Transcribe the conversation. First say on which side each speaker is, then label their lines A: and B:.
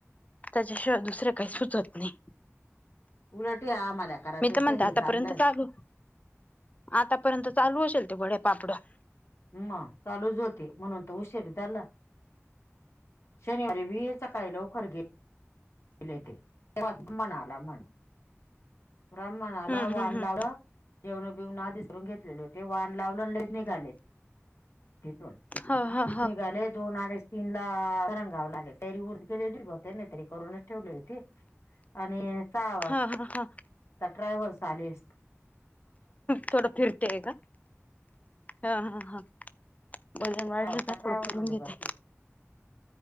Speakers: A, on the left; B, on the left.
A: त्याच्याशिवाय दुसरे काही सुचत नाही.
B: उलट आम्हाला करायातच
A: मी तर म्हणते
B: हे
A: आतापर्यंत
B: चांगलंय.
A: चालू आतापर्यंत चालू असेल ते वडे पापडं
B: हम्म चालूच होते, म्हणून तर उशीर झाला शनिवारी बी सकाळी लवकर गेले. दिले ते त म्हणाला म्हण. <inaudible> वान
A: हम्म हम्म हम्म
B: लावलं जेवण बिवण आधीसरून घेतलेले होते वान लावलं लले निघाले तिथून
A: ह ह
B: तिथ
A: ह
B: निघाले दोन आडीच. तीन ला रंगावं लागल तरी उर गेले ब नाही तरी करूनच ठेवली होती आणि सहा वाजता
A: हा हा हा
B: आता ट्रॅव्हल्स चालेल
A: थोड फिरतेय का? हा हा हा वजन
B: सहा
A: वाढलं
B: वाजता
A: का
B: ट्रॅव्हल्स
A: थोडं फिरून
B: मध्ये बसले
A: घेते.